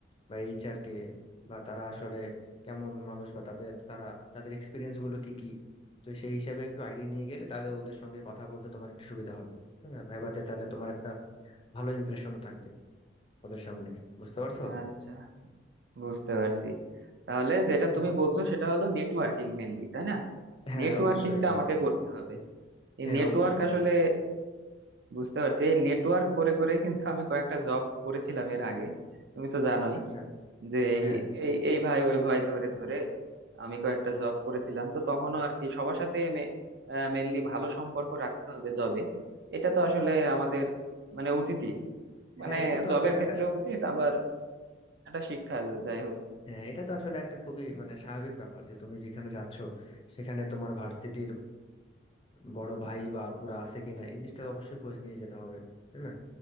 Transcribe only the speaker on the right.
আচ্ছা বুঝতে পারছি তাহলে যেটা
তুমি বলছো সেটা হলো নেটওয়ার্কিং মেনলি তাই না
নেটওয়ার্কিংটা
আমাকে করতে হবে এই
নেটওয়ার্ক
আসলে বুঝতে পারছি এই নেটওয়ার্ক করে করে কিন্তু আমি কয়েকটা জব করেছিলাম এর আগে তুমি তো জানোই
যে
এই এই এই ভাই ওই ভাই ধরে ধরে আমি কয়েকটা জব করেছিলাম তো তখনও আর কি সবার সাথে মেনলি ভালো সম্পর্ক রাখতে হবে জবে এটা তো আসলে আমাদের মানে উচিতই মানে
জবের
ক্ষেত্রেও
উচিত আবার একটা শিক্ষা যে- যাই হোক